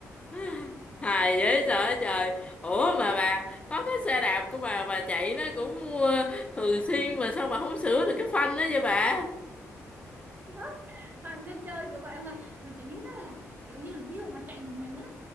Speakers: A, on the left; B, on the right.
A: <laughs> hài dễ sợ trời ủa mà bà có cái xe đạp của bà bà chạy nó cũng ờ, thường xuyên mà sao bà không sửa được cái phanh đó vậy bà
B: Ờ. toàn dân chơi kiểu vậy mà mà chị biết đó là kiểu như là ví dụ mà chạy một mình á